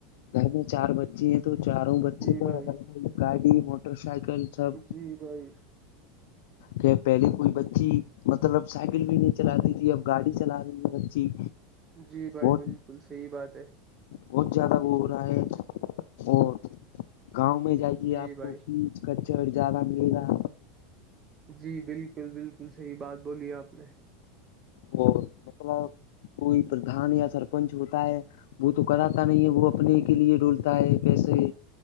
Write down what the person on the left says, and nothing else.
گھر میں چار بچے ہیں تو چاروں بچے
کا
الگ الگ گاڑی موٹر سائیکل سب
کہ پہلے کوئی بچی مطلب سائیکل بھی نہیں چلاتی تھی اب گاڑی چلا رہی ہے بچی
بہت
بہت زیادہ وہ ہو رہا ہے اور گاؤں میں جائیے
آپ
کو کہ کچ اور جیادہ ملے گا
اور مطلب کوئی پردھان یا سرپنچ ہوتا ہے وہ تو کراتا نہیں ہے وہ اپنے کے لیے ڈولتا ہے پیسے